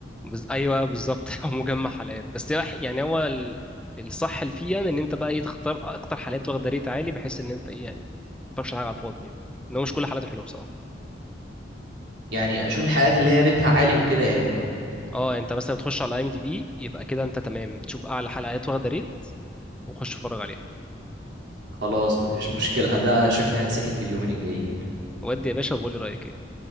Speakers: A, in the centre; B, on the right (about 75°).
A: بز... ايوه بالظبط <laughs> هو مجمع حلقات بس هو- يعني هو ال- الصح اللي فيه يعني ان انت بقى ايه تختار اكتر حلقات واخده ريت عالي بحيث ان انت ايه يعني ما تختارش حاجه على الفاضي يعني ان هو مش كل حلقاته حلوه بصراحه
B: يعني اشوف الحلقات اللي هي ريتها عالي وكده يعني
A: اه انت مثلا تخش على اي ام دي بي يبقى كده انت تمام تشوف اعلى حلقات واخده ريت وخش اتفرج عليها
B: خلاص مفيش مشكلة ده شكلها هتسحل في اليومين الجايين
A: ودي يا باشا وقول لي رايك ايه